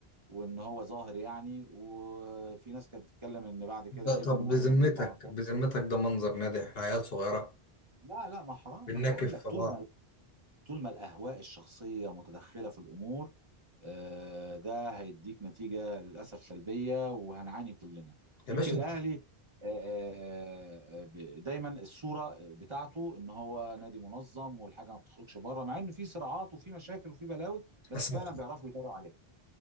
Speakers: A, on the right; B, on the left.
A: وان هو ظاهر يعني وفي ناس كانت بتتكلم ان بعد كده
B: ده طب
A: ابنه
B: بذمتك
A: ايمن بعد
B: بذمتك ده منظر نادي احنا عيال صغيره
A: لا لا ما حرام
B: بننكف
A: انا بقول لك
B: في
A: طول
B: بعض
A: ما طول ما الاهواء الشخصيه متدخله في الامور آه، ده هيديك نتيجة للأسف سلبية وهنعاني كلنا
B: يا
A: يمكن
B: باشا
A: الأهلي
B: انت
A: آه، آه، آه، ب- دايما الصورة بتاعته ان هو نادي منظم والحاجة ما بتخرجش بره مع ان في صراعات وفي مشاكل وفي بلاوي بس
B: بس
A: فعلا
B: ما
A: بيعرفوا يداروا عليها